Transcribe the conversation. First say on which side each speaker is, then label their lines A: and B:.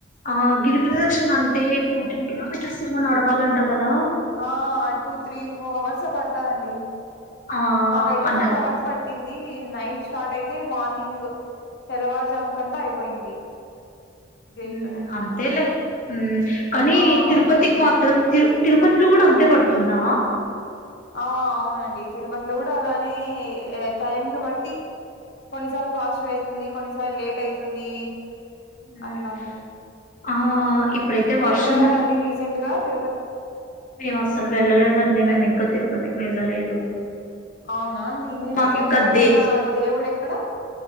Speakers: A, on the left (about 45°); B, on the left (about 60°).
A: ఆ గిరి ప్రదక్షణ అంటే ఫోర్టీన్ కిలోమీటర్స్ ఏమై నడవాలంటా కదా,
B: ఆ టూ త్రీ ఫోర్ అవర్స్ పడతదండి,
A: ఆ
B: మాకు అయితే
A: అన్నారు
B: ఫోర్ అవర్స్ బట్ట, పట్టింది నైట్ స్టార్ట్ అయితే. మార్నింగ్ తెల్లవారుజామ్ కంతా అయిపోయింది, గిరి
A: హు
B: ప్రదక్షిణ
A: అంతేలే హు, కానీ
B: ఆ
A: తిరుపతికి
B: అవునండి
A: మాత్రం. తిరు తిరుపతిలో కూడా అంతే పడుతుంది, ంద
B: ఆ అవునండి తిరుపతిలో కూడా అలానే టైమ్ ను బట్టి కొన్నిసార్లు ఫాస్ట్గా అయితుంది కొన్నిసార్ లేట్ అయితుంది
A: మ్మ్
B: అట్లా అండి
A: ఆ ఇప్పుడైతే
B: మీరు
A: వర్షం
B: వెళ్ళారా అండి రీసెంట్ గా తిరుపతికి
A: మేము అసలు వెళ్ళలేదండి మేము ఇంకా తిరుపతికి వెళ్ళలేదు
B: అవునా అండి మీరు
A: మాకు
B: రీసెంట్గా
A: ఇంకా
B: వెళ్ళిన
A: దే
B: దేవుడు ఎక్కడ